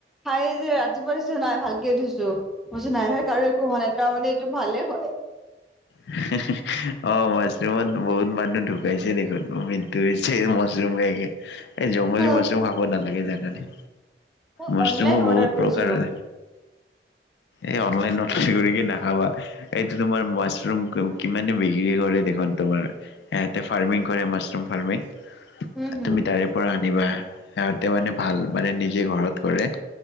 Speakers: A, in the centre; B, on the left (about 75°).
A: খাই যে ৰাতিপুৱা দেখিছা নাই ভালকে উঠিছোঁ‌, বুজিছ নাই কাৰো একো হোৱা নাই তাৰ মানে এইটো ভালে হয়।
B: অ', মাছৰুমত বহুত মানুহ ঢুকাইছে দেখোন, উমিদ ঢুকাইছে মাছৰুম খাইকে, এই জংলী
A: অ
B: মাছৰুম খাব নালাগে জানানে?
A: মই
B: মাছৰুমো
A: অনলাইন অৰ্ডাৰ
B: বহুত
A: কৰিছিলো
B: প্ৰকাৰৰ। এই অনলাইন অৰ্ডাৰ কৰি কিনি নাখাবা। এইটো তোমাৰ মাছৰুম কিমানে বিক্ৰী কৰে দেখোন, তোমাৰ। ইয়াতে ফাৰ্মিং কৰে, মাছৰুম ফাৰ্মিং,
A: হুম, হুম।
B: তুমি তাৰে পৰা আনিবা, সিহঁতে মানে ভাল, মানে নিজে ঘৰত কৰে।